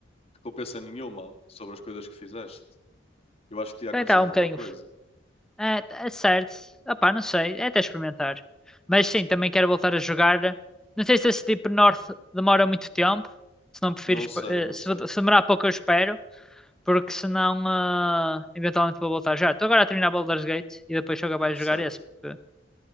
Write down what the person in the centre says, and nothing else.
também está
um bocadinho.
f- É, é certo, opá, não sei, é até experimentar. Mas sim,
também quero voltar a jogar. Não sei se esse tipo North demora muito tempo, se não prefiro,
espe-
eh,
se
se demorar pouco eu espero, porque senão, ah, eventualmente vou voltar já. Estou agora a terminar Baldur's Gate e depois sou capaz
de jogar esse, porque